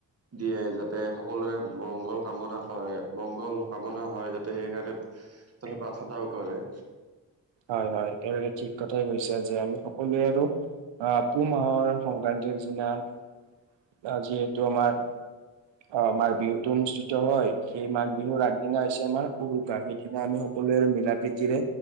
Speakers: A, on the right (about 35°); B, on the right (about 75°).
A: দিয়ে যাতে সকলোৰে মংগল কামনা কৰে মংগল কামনা হয় সেইকাৰণে তাতে প্ৰাৰ্থনাও কৰে
B: হয় হয় একেবাৰে ঠিক কথাই কৈছা যে আমি সকলোৱে আৰু আ পুহ মাহৰ সংক্ৰান্তিৰ দিনা যিহেতু আমাৰ অ মাঘ বিহুতো অনুষ্ঠিত হয় সেই মাঘ বিহুৰ আগদিনা হৈছে আমাৰ উৰুকা সেইদিনা আমি সকলোৰে মিলা প্ৰীতিৰে